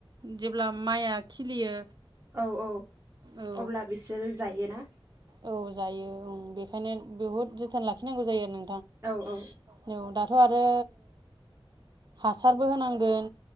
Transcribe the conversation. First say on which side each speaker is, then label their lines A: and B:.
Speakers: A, on the right (about 50°); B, on the right (about 30°).
A: जेब्ला माइआ खिलियो
B: औ औ
A: औ
B: अब्ला बिसोरो जायो ना
A: औ जायो ओं बेखायनो बहुद जोथोन लाखिनांगौ जायो आरो
B: औ औ
A: नों <unintelligible> थ' आरो हासारबो होनांगोन।